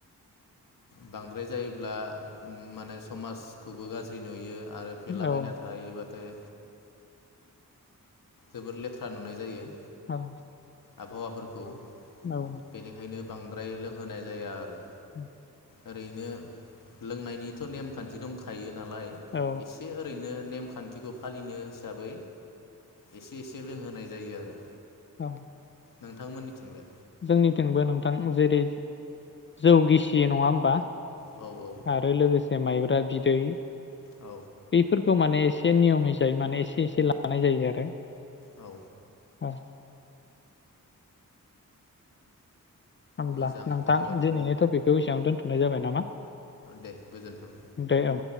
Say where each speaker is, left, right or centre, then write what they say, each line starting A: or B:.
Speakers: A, on the left; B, on the left.
A: बांद्राय जायोब्ला माने समाजखौबो गाज्रि नुयो आरो फेलाबायना
B: औ
A: थायोबाथाय जोबोर लेथ्रा नुनाय जायो
B: औ
A: आबहावाफोरखौ
B: औ
A: बेनिखायनो बांद्राय लोंहोनाय जाया आरो
B: औ
A: ओरैनो लोंनायनिथ' नेमखान्थि दंखायोना नालाय
B: औ
A: एसे ओरैनो नेमखान्थिखौ फालिनो हिसाबै एसे एसे लोंहोनाय जायो आरो
B: औ
A: नोंथांमोननिथिंलाय
B: जोंनिथिंबो नोंथां जेरै जौ गिसियो नङा होमबा
A: औ औ
B: आरो लोगोसे ए माइब्रा बिदै
A: औ
B: बेफोरखौ माने एसे नियम हिसायै माने एसे एसे लानाय जायो आरो
A: औ
B: औ होमब्ला
A: मोजां
B: नोंथां
A: बिदिबाथ'
B: दिनैनि टपिकखौ एसेयावनो दोनथ' हुनाय जाबाय नामा
A: दे गोजोन्थों
B: दे औ